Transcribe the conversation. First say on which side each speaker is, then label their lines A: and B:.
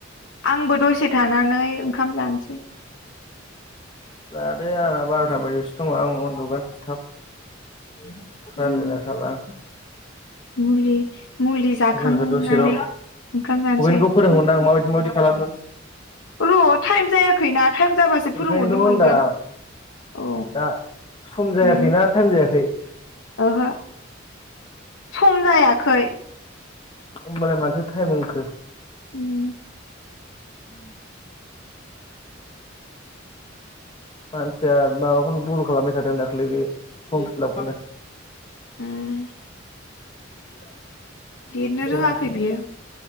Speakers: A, on the left (about 80°); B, on the left (about 25°).
A: आंबो दसे थानानै ओंखाम जानोसै।
B: जादो आरो बारोता बाजियावसो दङ आं उन्दुगोन थाब <inaudible>
A: उम, मुलि मुलि जाखांनानै
B: जोंखौ दसेल'
A: ओंखाम जानोसै।
B: पबिनखौ फोरोंहरनां माबायदि माबायदि खालामो
A: र' थाइम जायाखैना थाइम जाबासो
B: ओंखायनोथ'
A: फोरोंहरनो
B: होनदां
A: मोनगोन। औ
B: दा सम जायाखैना
A: उम,
B: टाइम जायाखै।
A: ओहो। सम जायाखै।
B: ओमबालाय माथो टाइम होनखो।
A: उम।
B: मानसिया माबाखौनो भुल खालामनाय थादों दाखालि बे फर्म फिलापखौनो। <unintelligible>
A: उम, लिरनो
B: जायाखै
A: रोङाखै बियो